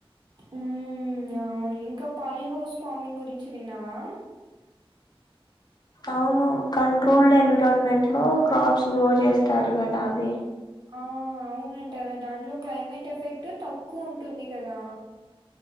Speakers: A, on the right; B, on the left.
A: ఉమ్ అ అవును ఇంకా పాలీహౌస్ ఫార్మింగ్ గురించి విన్నావా
B: ఔను కంట్రోల్డ్ ఎన్విరాన్మెంట్ లో క్రాప్స్ గ్రో చేస్తారు కదా అది
A: ఆ అవునంటరా దాంట్లో క్లైమేట్ ఎఫెక్ట్ తక్కువ ఉంటుంది కదా